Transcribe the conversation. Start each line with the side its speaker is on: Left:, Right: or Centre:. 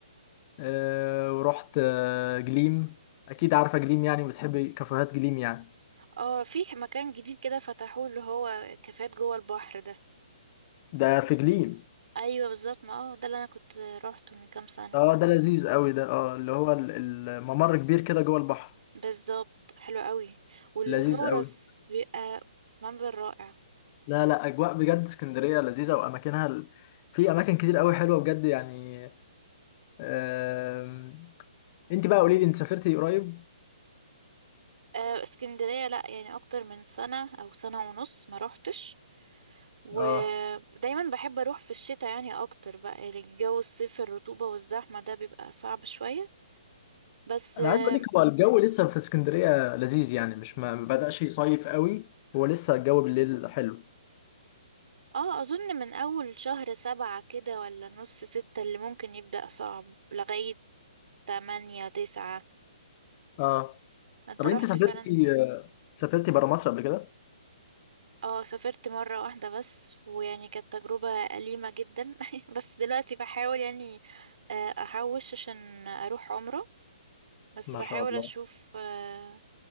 Left: أه، ورحت أه، جليم أكيد عارفة جليم يعني بتحبي كافيهات جليم يعني
Right: اه في مكان جديد كده فتحوه اللي هو كافيهات جوه البحر ده
Left: ده في جليم
Right: ايوه بالظبط ما هو ده اللي انا كنت روحته من كام سنه
Left: اه ده لذيذ قوي ده اه اللي هو ال- الممر كبير كده جوه البحر
Right: بالظبط حلو قوي والنورس
Left: لذيذ قوي
Right: بيبقى منظر رائع
Left: لا لا أجواء بجد اسكندرية لذيذة وأماكنها ال- في أماكن كتير قوي حلوة بجد يعني أم، أنت بقى قولي لي أنت سافرتي قريب؟
Right: آه، اسكندريه لا يعني اكتر من سنه او سنه ونص ما روحتش ودايما
Left: اه
Right: بحب اروح في الشتاء يعني اكتر بقى يعني الجو الصيف الرطوبه والزحمه ده بيبقى صعب شويه بس
Left: انا
Right: اه
Left: عايز اقول لك هو الجو لسه في اسكندريه لذيذ يعني مش ما ما بدأش يصيف قوي هو لسه الجو بالليل حلو
Right: آه، اظن من اول شهر سبعة كده ولا نص ستة اللي ممكن يبدأ صعب لغاية تمانية تسعة
Left: اه
Right: انت
Left: طب
Right: رحت
Left: انت سافرتي
Right: فعلا
Left: سافرتي بره مصر قبل كده
Right: اه سافرت مرة واحدة بس ويعني كانت تجربة أليمة جدا <laughs> بس دلوقتي بحاول يعني آه، أحوش عشان أروح عمرة بس
Left: ما
Right: بحاول
Left: شاء الله
Right: أشوف آه،